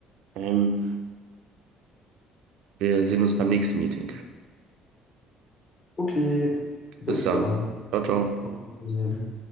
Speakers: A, on the right; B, on the left.
A: Ähm, wir sehen uns beim nächsten Meeting.
B: Okay, bis
A: Bis dann.
B: dann.
A: Ciao, ciao.
B: Wiedersehen.